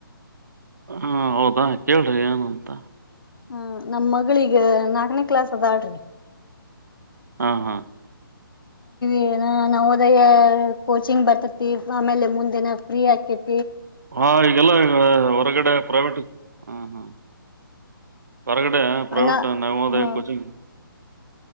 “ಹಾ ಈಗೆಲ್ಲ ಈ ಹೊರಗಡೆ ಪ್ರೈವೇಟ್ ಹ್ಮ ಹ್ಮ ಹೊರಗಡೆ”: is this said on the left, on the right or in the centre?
Right